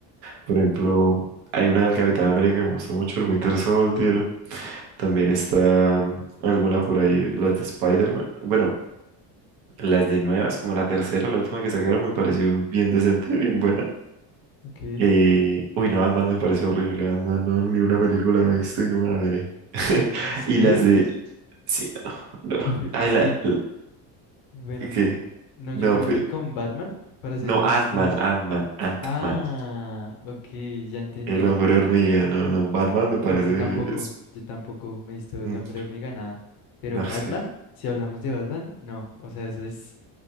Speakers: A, on the right (about 55°); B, on the left (about 55°).
A: Por ejemplo, hay una del Capitán América que me gustó mucho, el Winter Soldier. También está mm, alguna por ahí, las de Spider-Man. Bueno, las de nuevas, como la tercera, la última que sacaron, me pareció bien decente, bien buena.
B: Ok.
A: Eh, uy, no, Ant-Man me parece horrible. Ant-Man, no, ni una película me he visto y no me la veré. <laughs>
B: ¿En serio?
A: Y las de. Sí, no,
B: <laughs>
A: no.
B: Uf,
A: Ay,
B: es
A: la.
B: que,
A: la-
B: bueno,
A: ¿Qué?
B: no,
A: No,
B: yo creo
A: pe-
B: que con Batman, para ser
A: no,
B: honesto.
A: Ant-Man, Ant-Man, Ant-Man.
B: Ah, ok, ya entendí.
A: El hombre hormiga, no, no. Batman me parece.
B: Yo tampoco,
A: es-
B: yo tampoco me he visto el
A: mm,
B: hombre hormiga, nada. Pero
A: No,
B: Batman,
A: es que.
B: si hablamos de Batman, no. O sea, eso es,